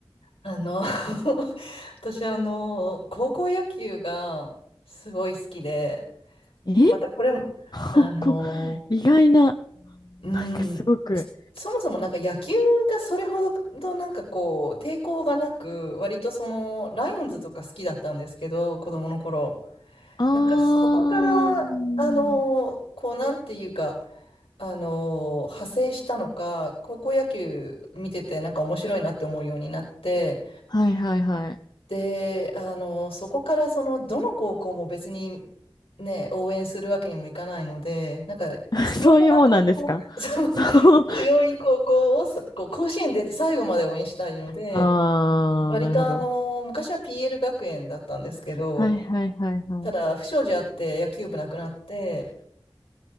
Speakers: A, on the left (about 90°); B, on the left (about 45°).
A: あの、<laughs> 私、あの、高校野球がすごい好きで、
B: え
A: またこれ、あの、
B: ここ、意外な、なん
A: うん、
B: かすごく。
A: そそもそもなんか野球がそれほどなんかこう、抵抗がなく、割とその、ライオンズとか好きだったんですけど、子供の頃。
B: あー、
A: なんかそこから、あのーこうなんていうか、あのー派生したのか、高校野球見ててなんか面白いなって思うようになって、
B: はいはいはい。
A: で、あのーそこからその、どの高校も別にね、応援するわけにもいかないので、なんか強めの高校、
B: <laughs> そういうもんなんですかそう。
A: <laughs> そう強い高校をさこう甲子園出て最後まで応援したいので、
B: あー、
A: 割とあの、
B: なるほど。
A: 昔は PL 学園だったんですけど、
B: はいはいはいはい。
A: ただ不祥事あって野球部なくなって、